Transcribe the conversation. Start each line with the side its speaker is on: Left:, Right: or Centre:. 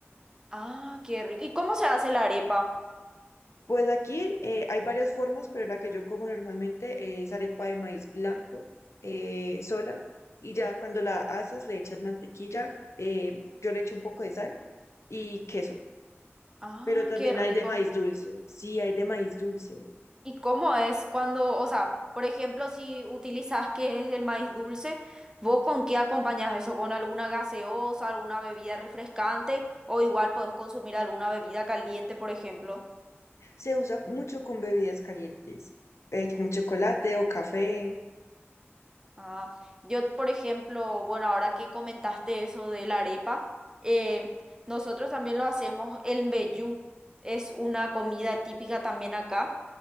Right: ah, qué rico. ¿Y cómo se hace la arepa?
Left: Pues aquí eh, hay varias formas, pero la que yo como normalmente es arepa de maíz blanco eh, sola. Y ya cuando la haces le echas mantequilla, eh, yo le echo un poco de sal y queso.
Right: Ah,
Left: Pero también
Right: qué rico.
Left: hay de maíz dulce. Sí, hay de maíz dulce.
Right: ¿Y cómo es cuando, o sea, por ejemplo, si utilizas que es el maíz dulce, ¿vos con qué acompañas eso? ¿Con alguna gaseosa, alguna bebida refrescante? O igual podés consumir alguna bebida caliente, por ejemplo.
Left: Se usa mucho con bebidas calientes, eh, como chocolate o café.
Right: Ah, yo, por ejemplo, bueno, ahora que comentaste eso de la arepa, eh, nosotros también lo hacemos, el mbejú es una comida típica también acá